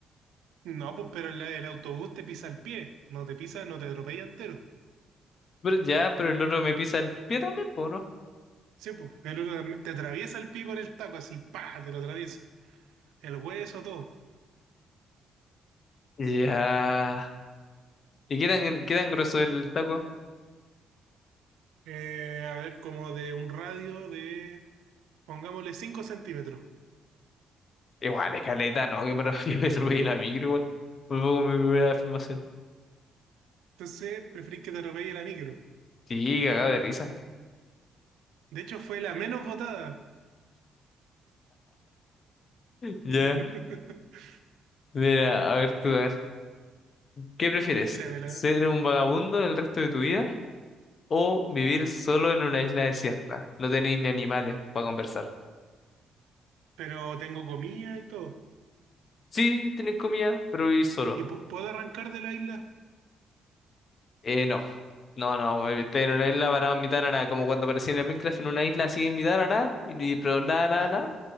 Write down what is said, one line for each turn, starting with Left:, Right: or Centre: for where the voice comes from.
Right: No, pues, pero el, el autobús te pisa el pie. No te pisa, no te atropella entero.
Left: Pero ya, pero el otro me pisa el pie también, pues, ¿no?
Right: Sí, pues, el otro también te atraviesa el pico en el taco, así, pa, te lo atraviesa. El hueso, todo.
Left: Ya. ¿Y qué tan, qué tan grueso es el taco?
Right: Eh, a ver, como de un radio de, pongámosle, 5 centímetros.
Left: Igual, escaleta, no, que me refiero, <laughs> me atropellé la micro, igual. Fue como mi primera afirmación.
Right: Entonces, preferís que te atropelle la micro.
Left: Sí, cagado de risa.
Right: De hecho, fue la menos votada.
Left: Ya,
Right: <laughs>
Left: mira, a ver tú, a ver. ¿Qué prefieres?
Right: Grábela,
Left: ¿Ser un vagabundo el resto de tu vida o vivir solo en una isla desierta? No tenéis ni animales para conversar.
Right: Pero tengo comida y todo.
Left: Sí, tenéis comida, pero vivís solo.
Right: ¿Y pu- puedo arrancar de la isla?
Left: Eh, no, no, no, güey, estoy en una isla parado en mitad de la nada, como cuando aparecía en el Minecraft en una isla así en mitad de la nada, y, pero nada, nada,
Right: Ya,
Left: nada,